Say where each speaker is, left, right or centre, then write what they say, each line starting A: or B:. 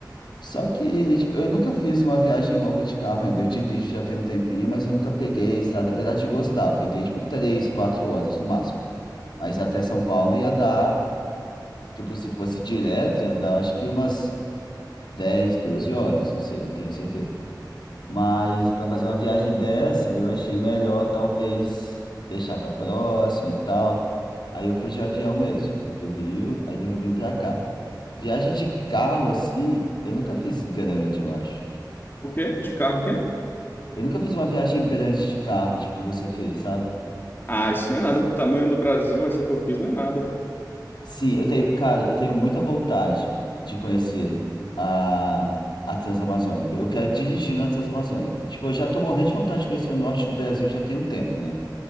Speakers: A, on the left; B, on the left.
A: Só que, tipo, eu nunca fiz uma viagem longa de carro ainda. Eu dirijo já tem um tempinho, mas eu nunca peguei estrada, apesar de gostar. Eu peguei, tipo, três, quatro horas no máximo. Mas até São Paulo ia dar, tipo, se fosse direto, ia dar, acho que umas 10, 12 horas, não sei, não tenho certeza. Mas para fazer uma viagem dessa, eu achei melhor talvez deixar para próximo e tal. Aí eu fui de avião mesmo, fui pro Rio, aí do Rio vim para cá. Viagem de carro assim, eu nunca fiz grande, eu acho.
B: O quê? De carro, o quê?
A: Eu nunca fiz uma viagem grande de carro, tipo você fez, sabe?
B: Ah, isso não é nada pro tamanho do Brasil, essa que eu fiz não é nada.
A: Sim, eu tenho, cara, eu tenho muita vontade de conhecer a a Transamazônica. Eu quero dirigir na Transamazônica. Tipo, eu já tô morrendo de vontade de conhecer o norte do Brasil já tem um tempo, né?